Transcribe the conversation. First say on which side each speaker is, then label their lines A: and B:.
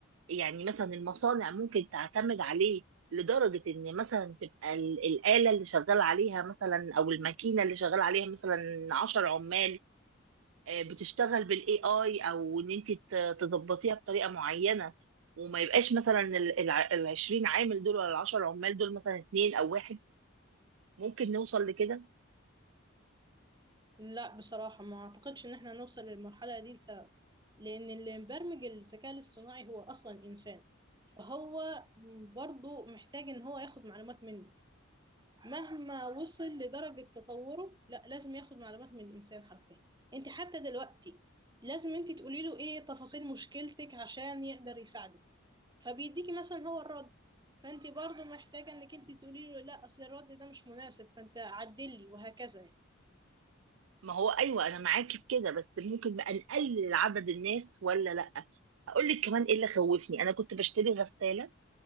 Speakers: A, on the right; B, on the right.
A: يعني مثلا المصانع ممكن تعتمد عليه لدرجة إن مثلا تبقى ال- الآلة اللي شغال عليها مثلا أو الماكينة اللي شغال عليها مثلا عشر عمال آه، بتشتغل بالاي اي او ان انت ت- تظبطيها بطريقه معينه وما يبقاش مثلا ال الع- العشرين عامل دول ولا العشر عمال دول مثلا اتنين او واحد ممكن نوصل لكده
B: لا بصراحة ما أعتقدش إن احنا نوصل للمرحلة دي لسبب لأن اللي مبرمج الذكاء الاصطناعي هو أصلا إنسان فهو برضه محتاج إن هو ياخد معلومات منك مهما وصل لدرجة تطوره لا لازم ياخد معلومات من الإنسان حرفيا أنت حتى دلوقتي لازم أنت تقولي له إيه تفاصيل مشكلتك عشان يقدر يساعدك فبيديكي مثلا هو الرد فانت برضو محتاجة انك انت تقولي له لا اصل الرد ده مش مناسب فانت عدلي وهكذا يعني
A: ما هو ايوه انا معاكي في كده بس ممكن بقى نقلل عدد الناس ولا لا اقول لك كمان ايه اللي خوفني انا كنت بشتري غسالة